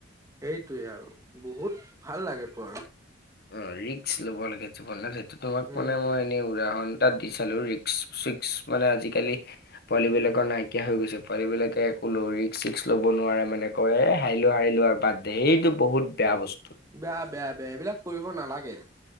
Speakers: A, on the right; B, on the left.
A: সেইটোৱে আৰু বহুত ভাল লাগেতো আৰু
B: অ ৰিক্স লব লাগে অঁ তোমাক
A: উম,
B: মানে মই এনেই উদাহৰণ এটা দিছো এফালেওঁ ৰিক্স চিক্স আজিকালি পোৱালি বিলাকৰ নাইকিয়া হৈ গৈছে পোৱালি বিলাকে একো ৰিক্স চিক্স ল'ব নোৱাৰে মানে কয় এ হাৰিলো হাৰিলো আৰু বাৰ্থ দে এইটো বহুত বেয়া বস্তু
A: বেয়া বেয়া বেয়া এইবিলাক কৰিব নালাগে